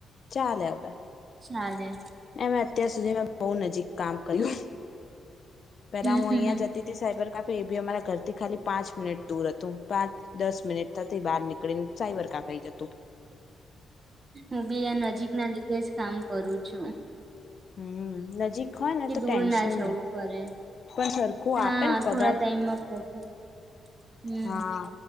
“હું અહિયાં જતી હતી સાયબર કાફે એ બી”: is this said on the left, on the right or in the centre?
Left